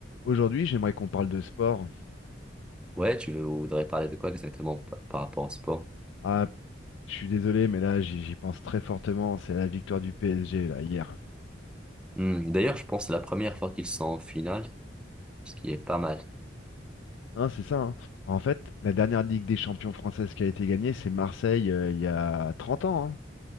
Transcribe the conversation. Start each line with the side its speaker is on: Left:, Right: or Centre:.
Left: Aujourd'hui, j'aimerais qu'on parle de sport.
Centre: Ouais, tu voudrais parler de quoi exactement pa- par rapport au sport?
Left: Ah, je suis désolé, mais là, j'y j'y pense très fortement. C'est la victoire du PSG, là, hier.
Centre: Hmm, D'ailleurs, je pense que c'est la première fois qu'ils sont en finale, ce qui est pas mal.
Left: Hein, c'est ça, hein. En fait, la dernière Ligue des champions française qui a été gagnée, c'est Marseille, euh, il y a 30 ans. hein.